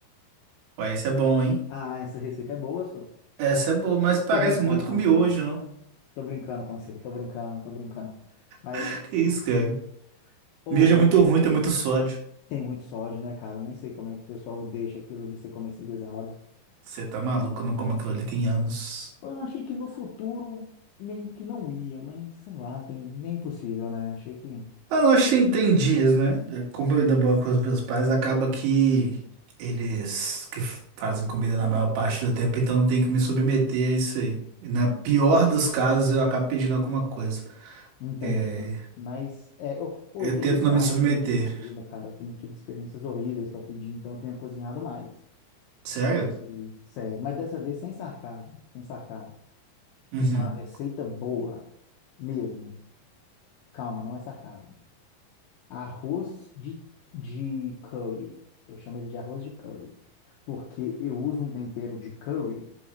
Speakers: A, on the right; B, on the left.
A: Ué, essa é bom, hein?
B: Ah, essa receita é boa, só.
A: Essa é boa, mas parece
B: Tô brincando
A: muito
B: com
A: com miojo,
B: você.
A: não?
B: Tô brincando com você. Tô brincando, tô brincando. Mas,
A: <laughs> Que isso, cara?
B: <laughs> ou,
A: Miojo
B: mas
A: é muito ruim, tem muito sódio.
B: Tem muito sódio, né, cara? Eu nem sei como é que o pessoal deixa aquilo ali ser comercializado.
A: Você tá maluco, eu não como aquilo ali tem anos.
B: Eu achei que no futuro meio que não ia, mas sei lá, tem, nem impossível, né? Achei que.
A: Ah, não, acho que tem, tem dias, né? É, Como eu ainda moro com os meus pais, acaba que eles que f- fazem comida na maior parte do tempo, então não tem que me submeter a isso aí. E na pior dos casos, eu acabo pedindo alguma coisa.
B: Entendo.
A: É,
B: Mas é, eu, ou
A: eu
B: eu peguei
A: tento
B: trauma
A: não me submeter.
B: de pedir comida, cara. Eu tenho tido experiências horríveis para pedir, então eu tenho cozinhado mais.
A: Sério?
B: E, sério, mas dessa vez sem sarcasmo, sem sarcasmo.
A: Uhum.
B: Uma receita boa mesmo. Calma, não é sarcasmo. Arroz de, de curry. Eu chamo ele de arroz de curry. Porque eu uso um tempero de curry,